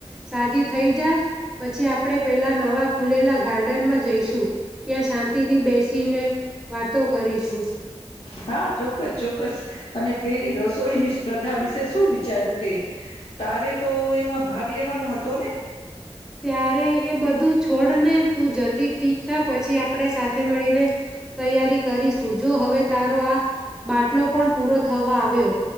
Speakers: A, in the centre; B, on the left (about 60°).
A: સાજી થઈ જા પછી આપણેે પેલા નવા ખુલેલા ગાર્ડનમાં જઈશું, ત્યાં શાંતિ થી બેસીને વાતો કરીશું.
B: હા ચોક્કસ ચોક્કસ, અને પેલી રસોઈની સ્પર્ધા વિશે શું વિચાર્યું તે, તારે તો એમાં ભાગ લેવાનો હતો ને.
A: ત્યારે એ બધું છોડને તું જલ્દી ઠીક થા પછી આપણે સાથે મળીને, તૈયારી કરીશું જો હવે તારો આ, બાટલો પણ પૂરો થવા આવ્યો